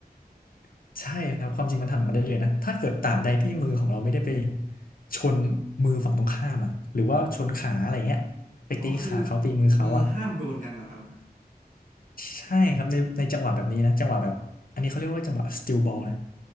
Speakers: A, on the left; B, on the right.
A: <laughs> ใช่ครับความจริงมันทำอย่างนั้นได้เลยนะถ้าเกิดตราบใดที่มือของเราไม่ได้ไปชนมือฝั่งตรงข้ามอ่ะหรือว่าชนขาอะไรเงี้ยไปตีขาเขาตีมือเขาอ่ะ
B: อ๋อคือมือห้ามโดนกันเหรอครับ
A: ใช่ครับในในจังหวะแบบนี้นะจังหวะแบบอันนี้เขาเรียกว่าจังหวะ steal ball นะ